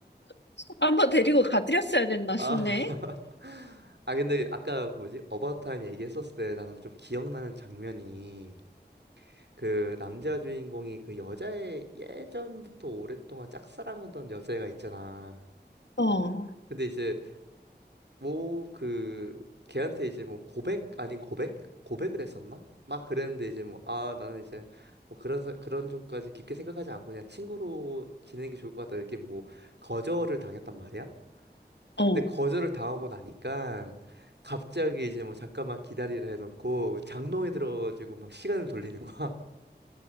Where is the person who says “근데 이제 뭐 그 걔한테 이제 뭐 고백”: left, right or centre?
Right